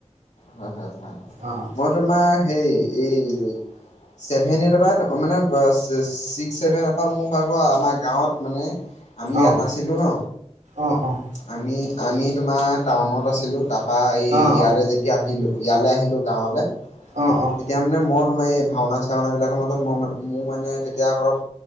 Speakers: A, on the left; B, on the right.
A: হয় হয়, ভাল
B: অঁ
A: মই তোমাৰ হে এই ছেভেনটৰ পৰা মানে ছিক্স ছেভেন এ পৰা মোৰ ভাগৰ আমাৰ গাঁৱত মানে আমি ইয়াত
B: অঁ
A: নাছিলো ন,
B: অঁ অঁ
A: আমি আমি তোমাৰ। টাউনত আছিলো তাৰপা।
B: অঁ
A: ইয়ালে যেতিয়া আহিলো, ইয়ালৈ আহিলো গাঁৱলে
B: অঁ অঁ অঁ
A: তেতিয়া মানে মই তোমাৰ এই ভাওনা চাওনা বিলাকৰ মাজত মই ম মোৰ মানে। মই তেতিয়া অলপ।